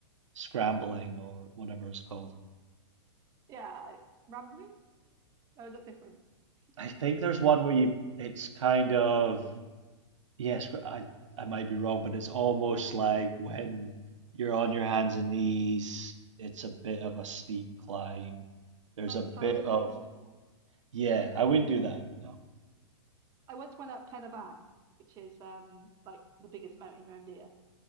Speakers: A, on the right; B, on the right.
A: scrambling or whatever it's called.
B: Yeah, I- rambling? Oh, is that different? <clears throat>
A: I think there's one where you, it's kind of Yes, but I I might be wrong, but it's almost like when you're on your hands and knees, it's a bit of a steep climb. There's
B: That
A: a
B: sounds
A: bit of
B: awful.
A: yeah, I wouldn't do that. No.
B: I once went up Pen y Fan, which is um like the biggest mountain around here.